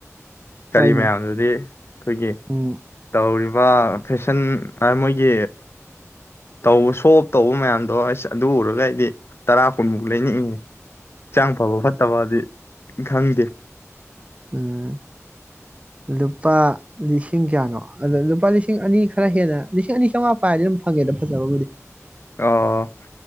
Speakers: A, on the left (about 50°); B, on the right (about 25°).
A: ꯀꯔꯤ
B: ꯍꯣꯏꯅꯦ
A: ꯃꯌꯥꯝꯗꯨꯗꯤ ꯑꯩꯈꯣꯏꯒꯤ
B: ꯎꯝ
A: ꯇꯧꯔꯤꯕ ꯐꯦꯁꯟ ꯃꯣꯏꯒꯤ ꯇꯧꯕ ꯁꯣꯞ ꯇꯧꯕ ꯃꯌꯥꯝꯗꯣ ꯑꯁ ꯑꯗꯨ ꯎꯔꯒ ꯑꯩꯗꯤ ꯇꯔꯥ ꯀꯨꯟꯃꯨꯛ ꯂꯩꯅꯤꯡꯅꯤꯡꯉꯦ ꯍꯛꯆꯥꯡ ꯐꯕ ꯐꯠꯇꯕꯗꯤ ꯈꯪꯗꯦ
B: ꯎꯝ ꯂꯨꯄꯥ ꯂꯤꯁꯤꯡ ꯀꯌꯥꯅꯣ ꯑꯗꯣ ꯂꯨꯄꯥ ꯂꯤꯁꯤꯡ ꯑꯅꯤ ꯈꯔ ꯍꯦꯟꯅ ꯂꯤꯁꯤꯡ ꯑꯅꯤ ꯆꯥꯝꯃꯉꯥ ꯄꯥꯏꯔꯗꯤ ꯑꯗꯨꯝ ꯐꯪꯉꯦꯗ ꯐꯖꯕꯕꯨꯗꯤ
A: ꯑꯣ